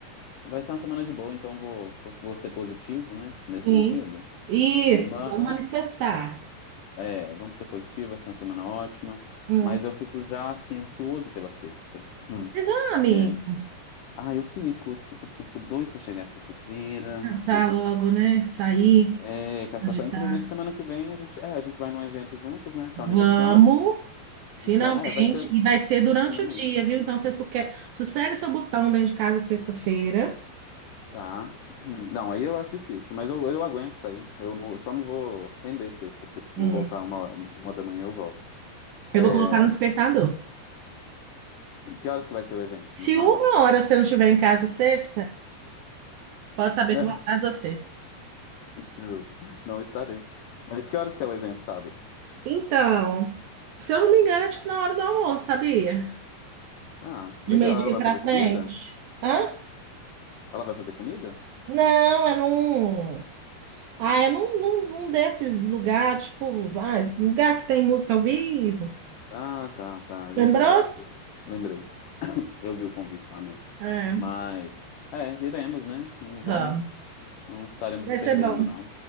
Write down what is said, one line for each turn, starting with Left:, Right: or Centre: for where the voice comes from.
Left: vai ser uma semana de boa, então vou, vou ser positivo, né? Nesse
Right: sim.
Left: sentido.
Right: Isso,
Left: Mas,
Right: vamos manifestar.
Left: é, vamos ser positivo, vai ser uma semana ótima.
Right: Hum.
Left: Mas eu fico já, assim, ansioso pela sexta. Hum,
Right: Seja amigo.
Left: é. Ah, eu fico, tipo assim, fico doido pra chegar sexta-feira.
Right: Pensar
Left: pra Eu,
Right: logo, né? Sair,
Left: é, com essa-
Right: agitar.
Left: Inclusive, semana que vem a gente, é, a gente vai num evento juntos, né? Que
Right: Vamos,
Left: é o aniversário.
Right: finalmente.
Left: Então, é, vai ser.
Right: E vai ser durante
Left: Finalmente.
Right: o dia, viu? Então, você suque- sossega seu botão dentro de casa sexta-feira.
Left: Tá. <clears throat> Não, aí eu acho difícil, mas eu, eu aguento sair. Eu, não- eu só não vou render sexta, tipo, vou
Right: Hum.
Left: voltar uma, uma da manhã eu volto.
Right: Eu
Left: É,
Right: vou colocar no despertador.
Left: que horas que vai ser o evento?
Right: Se
Left: No sábado?
Right: uma
Left: <laughs>
Right: hora você não estiver em casa sexta, pode saber
Left: É,
Right: que eu vou atrás de você.
Left: Juro, não estarei. Mas que horas que é o evento sábado?
Right: Então, se eu não me engano, é tipo na hora do almoço, sabia?
Left: Ah,
Right: De
Left: legal.
Right: meio-dia
Left: Ela vai
Right: pra
Left: fazer
Right: frente.
Left: comida?
Right: Hã?
Left: Ela vai fazer comida?
Right: Não, é num. Ah, é num, num, num desses lugares, tipo, ai, lugar que tem música ao vivo.
Left: Ah, tá, tá, é verdade.
Right: Lembrou?
Left: é verdade. Lembrei. Eu vi o convite lá mesmo.
Right: É,
Left: Mas, é, iremos, né? Não vamos,
Right: Vamos.
Left: não estaremos
Right: vai
Left: perdendo,
Right: ser bom.
Left: não.